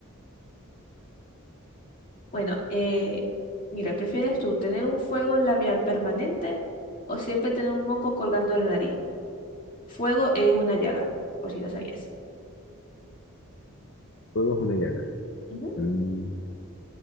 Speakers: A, on the left; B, on the left.
A: Bueno, eh, mira, ¿prefieres tú tener un fuego labial permanente o siempre tener un moco colgando de la nariz? Fuego es una llaga, por si no sabías.
B: Fuego es una llaga.
A: Ujú,
B: Mm,